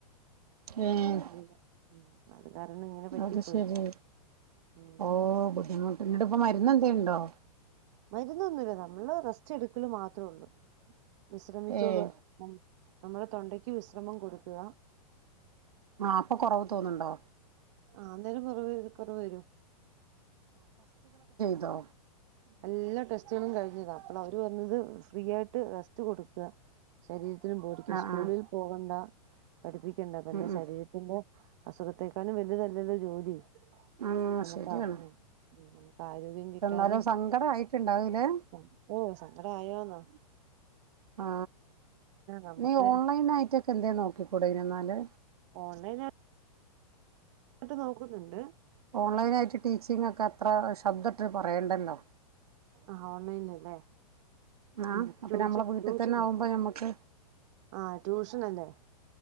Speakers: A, on the right; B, on the right.
A: ഏഹ്
B: അല്ല ഉം അത് കാരണം ഇങ്ങനെ പറ്റി
A: അത്
B: പോയി
A: ശെരി
B: ഉം
A: ഓ ബുദ്ധിമുട്ട് ഇപ്പ മരുന്ന് എന്തേണ്ടോ
B: മരു നന്ന് ഒന്നുല നമ്മള് റെസ്റ്റ് എടു മക്കൾ മാത്രേ ഉള്ളൂ വിശ്രമിച്ചോളൂ
A: ഏയ്
B: നാം നമ്മുടെ തൊണ്ടയ് ക്ക് വിശ്രമം കൊടുക്കുക
A: ആ അപ്പൊ കൊറവ് തോന്നുന്നുണ്ടോ
B: ആ അന്നേരം നല്ലരീതി കുറവ് വരും
A: ന്താ
B: എല്ലാ ടെസ്റ്റുകളും കഴിഞ്ഞതാ അപ്പോൾ അവർ പറഞ്ഞത് ഫ്രീ ആയിട്ട് റെസ്റ്റ് കൊടുക്കുക ശരീരാ ത്തിനും ബോഡിക്കും
A: ആ
B: സ്കൂളിൽ
A: ആ
B: പോകണ്ട പഠിപ്പിക്കണ്ട പിന്നെ
A: ഉം ഉം
B: ശരീരത്തിന്റെ അസുഖത്തെേക്കാളും വേലുതല്ലല്ലോ ജോലി
A: ആ
B: നമുക്കാ
A: ശരിയാണ്
B: ആ ഉ നമ്മു ആരോഗ്യം കിട്ടാതെ
A: എന്നാലും സങ്കടം ആയിട്ടുണ്ടാവൂലേ
B: സങ്കടമൊ സങ്കടമായോന്നോ
A: ആ
B: നമുക്ക്
A: നീ ഓൺലൈൻ ആയിട്ടൊക്കെ എന്ത നോക്കിക്കൂടന എന്നാല്
B: ഓൺലൈനായി എന്നിട്ട് നോക്കുന്നുണ്ട്
A: ഓൺലൈനായിട്ട് ടീച്ചിങ് ഒക്കെ അത്ര ശബ്ദ ഇട്ട് പറയണ്ടല്ലോ
B: ആ ഓൺലൈനിൽ അല്ലേ
A: ആ
B: ഉ
A: അപ്പൊ
B: ടൂഷൻ
A: നമ്മളെ വീട്ടിൽ
B: ടൂഷനോ
A: തന്നെ ആവുമ്പോ ഞമ്മക്ക്
B: ആ ട്യൂഷൻ അല്ലേ